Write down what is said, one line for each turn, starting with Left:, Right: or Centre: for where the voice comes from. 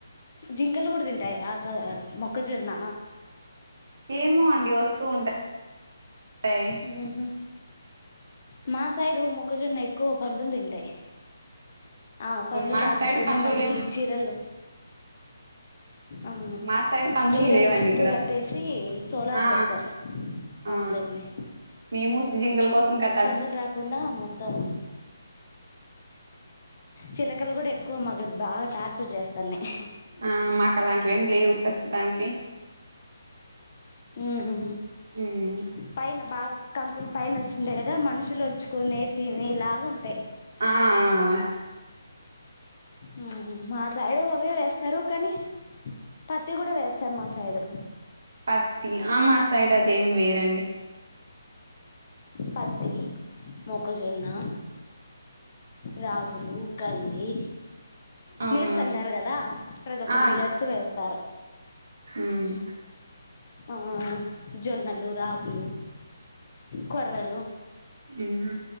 Left: జింకలు కూడా తింటాయ ఆక్క మొక్కజొన్న
Right: ఏమో అండి వస్తూ ఉంటాయి
Left: ఉ హూ మా సైడు మొక్కజొన్న ఎక్కువ పందులు తింటాయి ఆ పందులు
Right: మా
Left: రాకోకుండా
Right: సైడ్ పందులు
Left: మళ్ళీ చీరలు ఆ
Right: మా సైడ్ పందులు
Left: చీరలు
Right: లేవండి
Left: చుట్టూ
Right: ఇక్కడ
Left: కట్టేసి సోలార్
Right: ఆ
Left: పెడతారు
Right: ఆ
Left: అవున్లేండి
Right: మేము జింకలు కోసం కట్
Left: పందులు రాకుండా మొత్తం చిలకలు కూడా ఎక్కువ మాకు బాగా టార్చర్ చేస్తన్నాయ్
Right: ఆ మాకు అలాంటివి ఏమి లేవు ప్రస్తుతానికి
Left: ఉహు
Right: ఉమ్
Left: పైన బాగా కంకులు పైన వచ్చింటాయి కదా మనుషులు వలుచుకునే తినేలాగా ఉంటాయి
Right: ఆ ఆ
Left: ఉమ్ మాసైడ్ అవ్వే వేస్తారు కాని పత్తి కూడా వేస్తారు మా సైడు
Right: పత్తి ఆ మా సైడ్ అదేమి వేయ్యారండి
Left: పత్తి మొక్కజొన్నా రాగులు కంది
Right: అవునండి
Left: మిలట్స్ అంటారు కదా ప్రతి ఒక్క
Right: ఆ
Left: మిలట్స్ వేస్తారు
Right: ఉమ్
Left: ఉ జొన్నలు రాగులు కొర్రలు
Right: ఉమ్